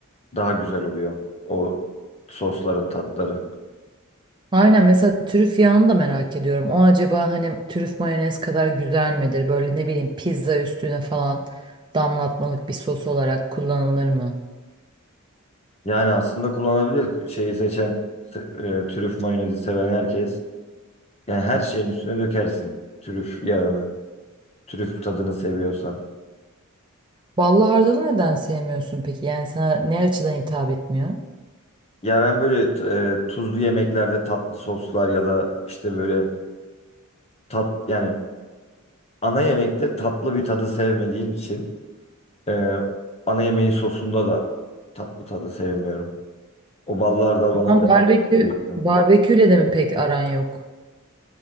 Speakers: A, on the left; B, on the right.
A: daha güzel oluyor o sosların tatları.
B: Aynen mesela trüf yağını da merak ediyorum. O acaba hani trüf mayonez kadar güzel midir? Böyle ne bileyim pizza üstüne falan damlatmalık bir sos olarak kullanılır mı?
A: Yani aslında kullanabilir şeyi seçen e, trüf mayonezi seven herkes. Yani her şeyin üstüne dökersin trüf yağını. Trüf tadını seviyorsan.
B: Ballı hardalı neden sevmiyorsun peki? Yani sana ne açıdan hitap etmiyor?
A: Ya ben böyle e, tuzlu yemeklerde tatlı soslar ya da işte böyle tat yani ana yemekte tatlı bir tadı sevmediğim için e, ana yemeğin sosunda da tatlı tadı sevmiyorum. O ballar da bana
B: Ama
A: biraz
B: barbekü,
A: tatlı geliyor.
B: barbeküyle de mi pek aran yok?